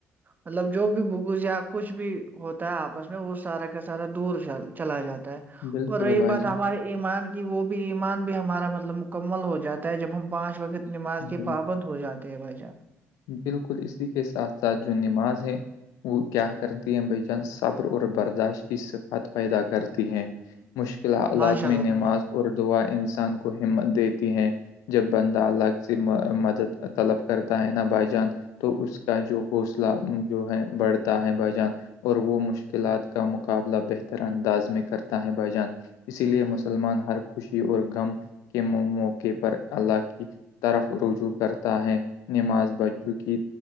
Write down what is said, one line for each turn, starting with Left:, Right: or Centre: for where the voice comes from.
Right: مطلب جو بھی بگوز یا کچھ بھی ہوتا ہے آپس میں وہ سارا کا سارا دور چلا جاتا ہے
Left: بالکل
Right: اور رہی
Left: بھائی
Right: بات ہمارے ایمان کی وہ بھی ایمان بھی ہمارا مطلب مکمل ہو جاتا ہے جب ہم پانچ وقت نماز
Left: جان
Right: کے پابند ہو جاتے ہیں بھائی جان
Left: بالکل اسی کے ساتھ ساتھ جو نماز ہے وہ کیا کرتی ہے بیجان صبر اور برداشت کی صفت پیدا کرتی ہیں مشکل حالات
Right: ماشاء اللہ
Left: میں نماز
Right: بھائی جان
Left: ار دعا انسان کو ہمت دیتی ہیں جب بندہ الگ سے مدد طلب کرتا ہے نا بھائی جان تو اس کا جو حوصلہ جو ہے بڑھتا ہے بائیجان اور وہ مشکلات کا مقابلہ بہتر انداز میں کرتا ہے بھائی جان اسی لیے مسلمان ہر خوشی اور غم کے موقع پر اللہ کی طرف رجوع کرتا ہے نماز بچوں کی